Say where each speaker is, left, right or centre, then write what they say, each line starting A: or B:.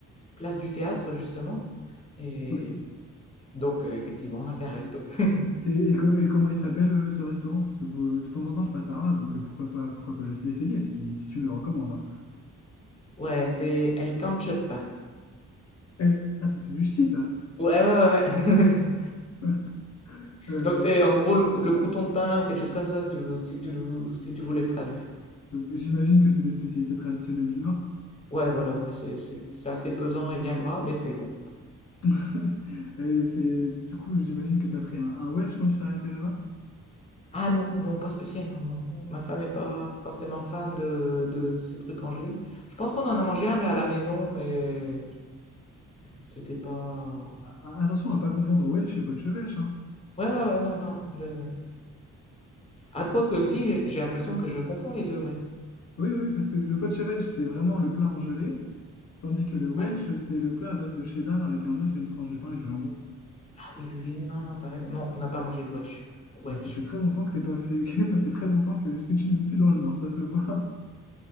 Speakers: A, on the left; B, on the left.
A: place du théâtre, justement. Et
B: Ok.
A: donc, euh, effectivement, on a fait un resto. <laughs>
B: Et, et, co- et comment il s'appelle euh, ce restaurant? Parce que euh, de temps en temps, je passe à Arras, donc euh, pourquoi pas, pourquoi pas le- l'essayer si, si tu me le recommandes. hein.
A: Ouais, c'est El cancho de pain.
B: Eh, Ah, ça, c'est du ch'ti, ça.
A: Ouais, ouais, ouais, ouais. <laughs>
B: <laughs> Euh,
A: Donc, c'est en gros le, cou- le crouton de pain ou quelque chose comme ça, si tu veux- si tu, si tu voulais le traduire.
B: donc, j'imagine que c'est des spécialités traditionnelles du Nord.
A: Ouais, voilà, ouais, c'est c'est- c'est assez pesant et bien gras, mais c'est bon.
B: <laughs> Et c'est, du coup, j'imagine que tu as pris un, un Welsh quand tu t'es arrêté là-bas?
A: Ah non, non, pas spécialement, non. Ma femme est pas forcément fan de, de ces trucs congelés. Je pense qu'on en a mangé un, mais à la maison, mais c'était pas...
B: Ah, ah, Attention à pas confondre Welsh et Potchevêche, hein.
A: Ouais, ouais, ouais, non, non. Le... Ah, quoi que si, j'ai j'ai l'impression que je confonds les deux, ouais.
B: Oui, oui, oui, parce que le Potchevêche, c'est vraiment le plat en gelée, tandis que le Welsh,
A: Ouais.
B: c'est le plat à base de cheddar avec un œuf et une tranche de pain et du jambon.
A: Ah oui, oui, oui, oui, non, non, t'as raison. Non, on n'a pas mangé de Welsh. Welsh.
B: Eh ben, ça fait très longtemps que t'es pas vu, <laughs> que ça fait très longtemps que, que tu ne vis plus dans le Nord, ça se voit.